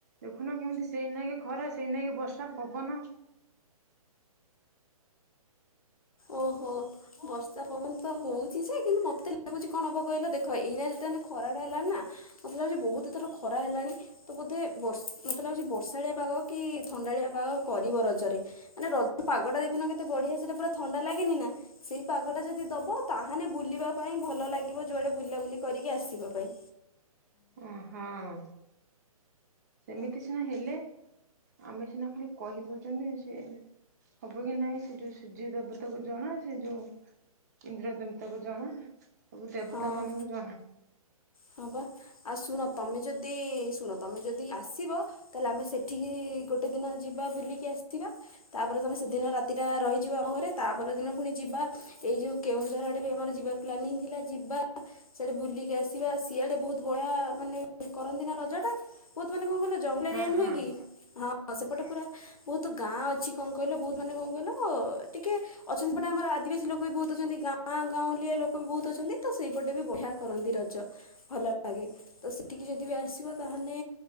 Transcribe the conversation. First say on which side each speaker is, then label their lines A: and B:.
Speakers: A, on the right; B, on the left.
A: ଦେଖୁନ କେମିତି ସେଇ ନାକେ ଖରା ସେଇନାକେ ବର୍ଷା ପବନ।
B: ଓହୋ। ବର୍ଷା ପବନ ତ ହଉଛି ଯେ କିନ୍ତୁ ମତେ ଲାଗୁଛି କଣ ହବ କହିଲ ଦେଖ ଏଇନା ଯେତେ ହେନେ ଖରାଟା ହେଲା ନା ମତେ ଲାଗୁଛି ବହୁତ୍ ଏଥର ଖରା ହେଲାଣି ତ ବୋଧେ ବର୍ଷ ମତେ ଲାଗୁଛି ବର୍ଷାଳିଆ ପାଗ କି ଥଣ୍ଡାଳିଆ ପାଗ କରିବ ରଜରେ। ମାନେ ରଜ ପାଗଟା ଦେଖୁନ କେତେ ବଢିଆ ସେଟା ପୁରା ଥଣ୍ଡା ଲାଗେନି ନା? ସେଇ ପାଗଟା ଯଦି ଦବ ତାହେଲେ ବୁଲିବା ପାଇଁ ଭଲ ଲାଗିବ ଯୁଆଡେ ବୁଲାବୁଲି କରିକି ଆସିବା ପାଇଁ।
A: ଅଁ ହଁ ସେମିତି ସିନା ହେଲେ। ଆମେ ସିନା ଖାଲି କହି ଦଉଚନ୍ତି ସିଏ ହବ କି ନାଇଁ ସେ ଯୋଉ ସୂର୍ଯ୍ୟ ଦେବତାକୁ ଜଣା ସେ ଯୋଉ ଇନ୍ଦ୍ର ଦେବତାକୁ ଜଣା ସବୁ ଦେବତା
B: ହଁ
A: ମାନଙ୍କୁ ଜଣା।
B: ହଁ ପା ଆଉ ଶୁଣ ତମେ ଯଦି ଶୁଣ ତମେ ଯଦି ଆସିବ ତାହେଲେ ଆମେ ସେଠିକି ଗୋଟେ ଦିନ ଯିବା ବୁଲିକି ଆସିବା। ତାପରେ ତମେ ସେଦିନ ରାତିଟା ରହିଯିବ ଆମ ଘରେ ତାପରଦିନ ପୁଣି ଯିବା ଏଇ ଯୋଉ କେଉଁଝର ଆଡେ ବି ଆମର ଯିବାର ପ୍ଲାନିଙ୍ଗ୍ ଥିଲା ଯିବା ସେଆଡେ ବୁଲିକି ଆସ ଜିବା ସିଆଡେ ବହୁତ୍ ବଢିଆ ମାନେ କରନ୍ତି ନା ରଜ ଟା ବହୁତ୍ ମାନେ କଣ କହିଲ ଯ ଜଙ୍ଗଲ
A: ହଁ
B: ଏରିଆ
A: ହଁ
B: ନୁହେଁ କି ହଁ ସେପଟେ ପୁରା ବହୁତ୍ ଗାଁ ଅଛି କଣ କହିଲ ବହୁତ୍ ମାନେ କଣ କହିଲ ଟିକେ ଅଛନ୍ତି ଏପଟେ ଆମର ଆଦିବାସୀ ଲୋକ ବି ବହୁତ୍ ଅଛନ୍ତି ଗାଁ ଗାଁ ଗାଁଉଁଲିଆ ଲୋକ ବି ବହୁତ୍ ଅଛନ୍ତି ତ ସେଇପଟେ ବି ବଢିଆ କରନ୍ତି ରଜ। ଭଲ ଲାଗେ ତ ସେଠିକି ଯଦି ବି ଆସିବ ତାହେନେ